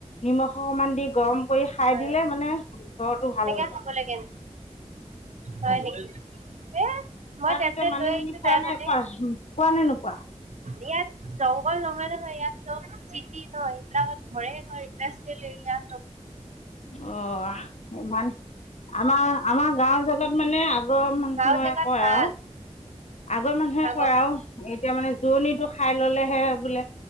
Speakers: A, on the left (about 65°); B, on the right (about 70°).
A: নিমখ অকমান দি গৰম কৰি খাই
B: হয়
A: দিলে মানে ঘৰটো ভাল
B: এনেকে
A: হৈ যায়
B: খাব লাগে নেকি হয় নেকি এ মই
A: তাৰপিছত
B: টেবলেট
A: মানিহ
B: লৈ
A: ম
B: আহিছো
A: পোৱা
B: তাইৰ কাৰণে
A: নাই প কোৱা নে নোকোৱা
B: ইয়াত জংঘল নহয় নহয় ইয়াত চব চিটি নহয় এইবিলাকত মে ম গছলিল <unintelligible> অ
A: অ ইমান আমাৰ আমাৰ গাঁওৰ জেগাত মানে আগৰ মানুহে
B: গাঁও জেগাত
A: কয়
B: ভাল
A: আৰু আগৰ মানুহে
B: আগৰ
A: কয়
B: মানে
A: আৰু এতিয়া মানে দূৰণিটো খাই ললেহে বোলে